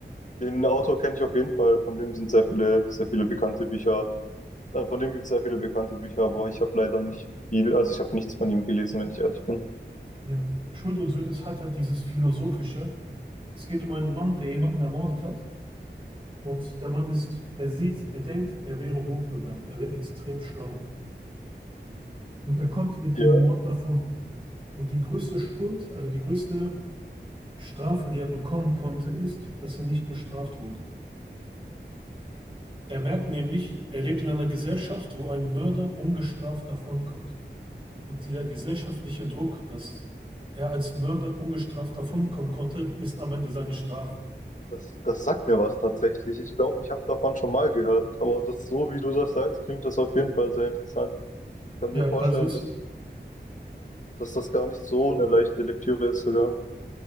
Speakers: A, on the left; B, on the right.
A: den Autor kenne ich auf jeden Fall. Von dem sind sehr viele, sehr viele bekannte Bücher. Äh, Von dem gibt es sehr viele bekannte Bücher, aber ich habe leider nicht viel, also ich habe nichts von ihm gelesen, wenn ich ehrlich bin.
B: Ja. Schuld und Sühne ist- hat halt dieses Philosophische. Es geht um einen Mann, der jemanden ermordet hat. Und der Mann ist, er sieht, er denkt, er wäre hochbegabt, er wäre extrem schlau. Und er kommt mit dem
A: Ja,
B: Mord davon. Und die größte Schuld, also die größte Strafe, die er bekommen konnte, ist, dass er nicht bestraft wurde. Er merkt nämlich, er lebt in einer Gesellschaft, wo ein Mörder ungestraft davonkommt. Und dieser gesellschaftliche Druck, dass er als Mörder ungestraft davonkommen konnte, ist am Ende seine Strafe.
A: das, das sagt mir was tatsächlich. Ich glaube, ich habe davon schon mal gehört, aber das so, wie du das sagst, klingt das auf jeden Fall sehr interessant. Ich kann
B: Ja,
A: mir vorstellen,
B: also ist
A: dass, dass das gar nicht so eine leichte Lektüre ist sogar.